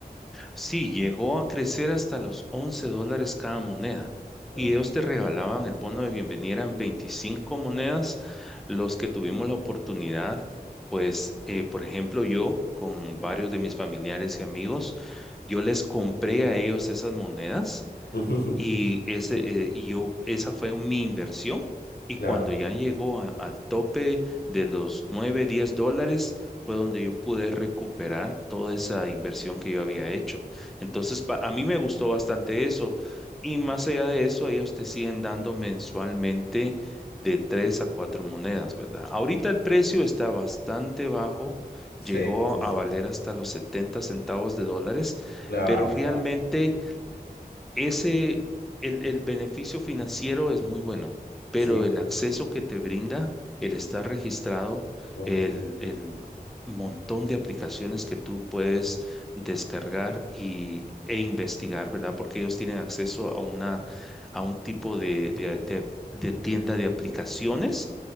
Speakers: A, in the centre; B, on the left (about 85°).
A: Sí, llegó a crecer hasta los 11 dólares cada moneda.
B: ¿No?
A: Y ellos te regalaban el bono de bienvenida en 25 monedas. Los que tuvimos la oportunidad, pues, eh, por ejemplo, yo con varios de mis familiares y amigos, yo les compré a ellos esas monedas
B: <laughs>
A: y, ese, eh, y yo, esa fue mi inversión. Y
B: Claro,
A: cuando ya llegó a- al tope de los 9 10 dólares, fue donde yo pude recuperar toda esa inversión que yo había hecho. Entonces, pa- a mí me gustó bastante eso. Y más allá de eso, ellos te siguen dando mensualmente de 3 a 4 monedas, ¿verdad? Ahorita el precio está bastante bajo.
B: sí,
A: Llegó
B: sí, sí.
A: a valer hasta los 70 centavos de dólares,
B: Claro,
A: pero realmente
B: claro.
A: ese, el, el beneficio financiero es muy bueno, pero
B: Sí.
A: el acceso que te brinda, el estar registrado,
B: ujú,
A: el, el montón de aplicaciones que tú puedes descargar y, e investigar, ¿verdad? Porque ellos tienen acceso a una, a un tipo de, de, de de tienda de aplicaciones.